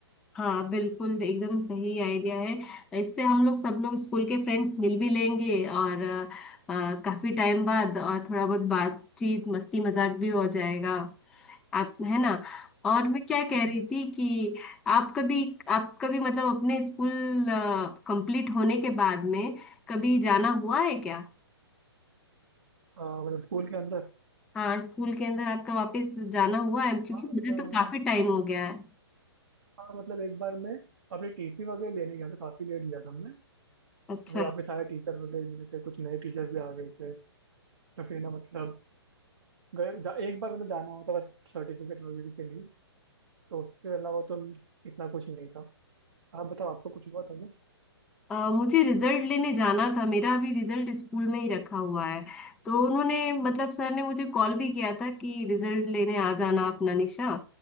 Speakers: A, in the centre; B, on the right.
A: हाँ बिल्कुल एकदम सही आइडिया है इससे हम लोग सब लोग स्कूल के फ्रेंड्स मिल भी लेंगे और आ, काफी टाइम बाद और थोड़ा बहुत बातचीत मस्ती मजाक भी हो जाएगा आप है ना और मैं क्या कह
B: हम्म,
A: रही थी कि आप कभी आप कभी मतलब अपने स्कूल कंप्लीट होने के बाद में कभी जाना हुआ है क्या
B: अ, मतलब स्कूल के अंदर
A: हाँ स्कूल के अंदर आपका वापस जाना हुआ है क्योंकि
B: हाँ मतलब
A: मुझे तो काफी टाइम हो गया है
B: हाँ मतलब एक बार मैं अपनी टीसी वगैरह लेने गया था काफी लेट गया था मैं
A: अच्छा
B: अभी वापस आया टीचर वगैरह मिले थे कुछ नए टीचर भी आ गए थे तो फिर ना मतलब गए जा, एक बार मतलब जाना हुआ था बस सर्टिफिकेट वगैरह के लिए तो उसके अलावा तो इतना कुछ नहीं था आप बताओ आपको कुछ हुआ था क्या
A: अ, मुझे रिजल्ट लेने जाना था मेरा अभी रिजल्ट स्कूल में ही रखा हुआ है तो उन्होंने मतलब सर ने मुझे कॉल भी किया था कि रिजल्ट लेने आ जाना अपना निशा